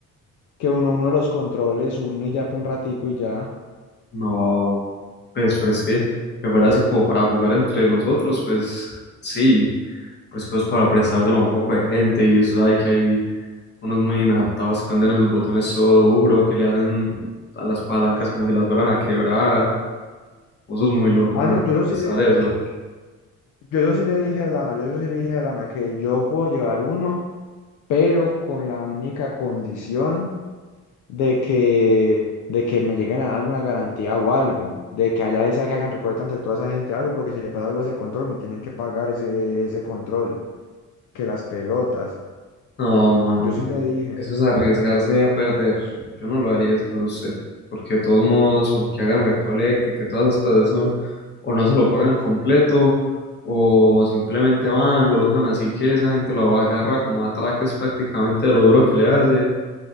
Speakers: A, on the left; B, on the left.
A: que uno, uno de los controles, uno y ya por un ratico y ya.
B: No, pues, pero es que, que fuera así como para jugar entre nosotros, pues sí, pero es que es para prestárselo a un poco de gente y eso sabe que hay unos muy inadaptados que hunden esos botones todo duro, que le hacen a las palancas como si las fueran a quebrar, vos sos muy loco
A: Ah,
B: poniendo
A: no, yo eso
B: a prestar
A: sí le,
B: eso.
A: yo eso sí le dije a Lana, yo eso sí le dije a Lana que yo puedo llevar uno, pero con la única condición. de que, de que me lleguen a dar alguna garantía o algo, de que allá les sea que hagan recolecta entre toda esa gente algo, porque si le pasa algo a ese control, me tienen que pagar ese, ese control, que las pelotas.
B: No, mano.
A: Yo sí le dije,
B: Eso es arriesgarse a perder. Yo no lo haría si fuera usted, porque de todos modos, aunque hagan recolecta y que todas las cosas son, o no se lo pagan completo, o simplemente van, lo usan así que esa gente lo agarra como atraques prácticamente de lo duro que le hace.